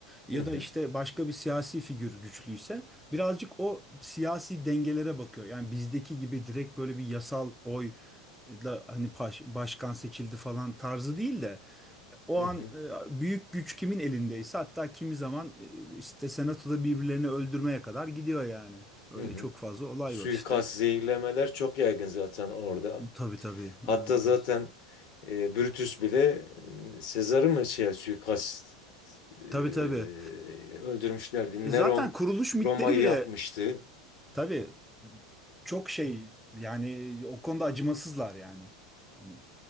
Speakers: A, in the centre; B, on the left.
A: Ya
B: Hı hı,
A: da işte başka bir siyasi figür güçlüyse birazcık o siyasi dengelere bakıyor. Yani bizdeki gibi direkt böyle bir yasal oy da hani paş- başkan seçildi falan tarzı değil de o
B: hı
A: an
B: hı,
A: e, büyük güç kimin elindeyse hatta kimi zaman e, işte senatoda birbirlerini öldürmeye kadar gidiyor yani. Öyle
B: hı hı.
A: çok fazla olay
B: Suikast,
A: var işte.
B: zehirlemeler çok yaygın zaten orada.
A: Tabii tabii
B: Hatta
A: inanılmaz.
B: zaten e, Brutus bile e, Sezar'ı mı şey suikast e,
A: Tabii tabii.
B: öldürmüşlerdi.
A: E, zaten
B: Neron
A: kuruluş mitleri
B: Roma'yı
A: bile
B: yakmıştı.
A: Tabii çok şey yani o konuda acımasızlar yani. Hani